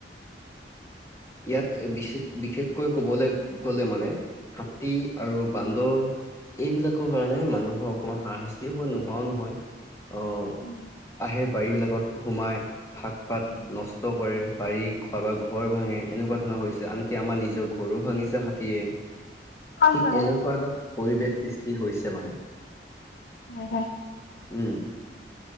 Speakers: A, on the left; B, on the left.
A: ইয়াত বিশেষ বিশেষকৈ কবলৈ গলে মানে। হাতী আৰু বান্দৰ। এইবিলাকৰ কাৰণে মানুহৰ অকমান হাৰাশাস্তি হৈ নোহোৱাও নহয় আহ।
B: অ'।
A: আহে বাৰীবিলাকত সোমাই শাক পাত
B: অ
A: নষ্ট কৰে। বাৰী খাবাৰ ঘৰ ভাঙে এনেকুৱা ধৰণৰ হৈছে আনকি আমাৰ নিজৰ ঘৰো ভাঙিছে হাতীয়ে।
B: হয়
A: ঠিক
B: হয়।
A: এনেকুৱা এটা পৰিৱেশ সৃষ্টি হৈছে মানে।
B: হয় হয়।
A: উম।